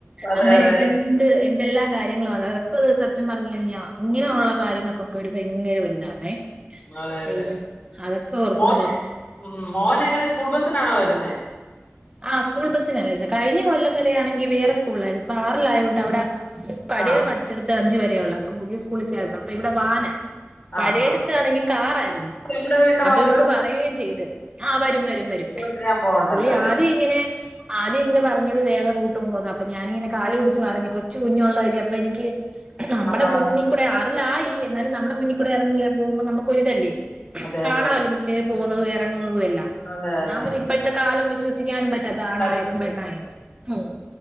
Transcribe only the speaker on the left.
അതെ
അതെ
അതെ
അതെ അതെ
മോന് ഉം മോൻ എങ്ങനെ സ്കൂൾ ബസ്സിനാണോ വരുന്നേ
ആഹ്
ആഹ് ആഹ് ആഹ്
നമ്മുടെ വീടിന്റെ
വാതിക്ക
കൊണ്ടുവരാൻ പോവണ്ടല്ലോ
അല്ലേ
ആഹ് നടന്ന്
അതെ
അതെ
ഉം
അതെ
തന്നെ
പറ്റത്തില്ല